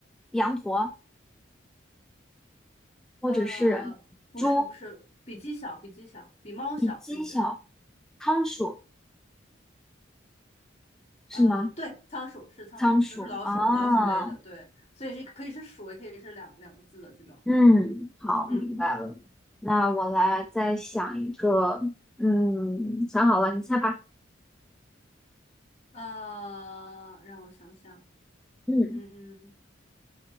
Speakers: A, in the centre; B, on the left (about 35°).
A: 羊驼或者是猪，
B: 呃不是不是，比鸡小，比鸡小，比猫小甚至。
A: 比鸡小。仓鼠是吗？
B: 呃，对，仓鼠是仓鼠，
A: 仓鼠啊
B: 就是老鼠，老鼠类的，
A: 啊，
B: 对，所以是可以是鼠，也可以是两两个字的这种，
A: 嗯，
B: 对，
A: 好，
B: 嗯，
A: 明白了。那我来再想一个，嗯，想好了，你猜吧。
B: 呃，让我想想，
A: 嗯，
B: 嗯，